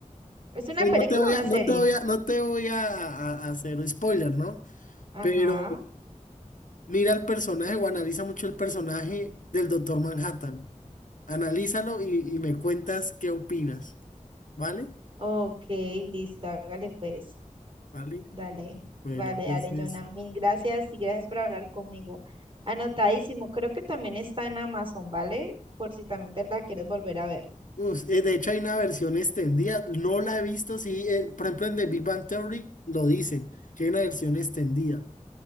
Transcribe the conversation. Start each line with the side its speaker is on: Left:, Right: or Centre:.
Right: ¿Es una
Left: pues
Right: película
Left: no te voy
Right: o una
Left: a,
Right: serie?
Left: no te voy a, no te voy a a- a hacer spoiler, ¿no?
Right: Ajá.
Left: Pero mira el personaje o analiza mucho el personaje del Doctor Manhattan. Analízalo y, y me cuentas qué opinas, ¿vale?
Right: Ok, listo, hágale pues.
Left: ¿Vale?
Right: Dale,
Left: Bueno,
Right: vale,
Left: entonces...
Right: dale, Jonah. Mil gracias y gracias por hablar conmigo. Anotadísimo, creo que también está en Amazon, ¿vale? Por si también te la quieres volver a ver.
Left: us- eh, de hecho, hay una versión extendida, no la he visto, sí, eh, por ejemplo en The Big Bang Theory lo dicen, que hay una versión extendida.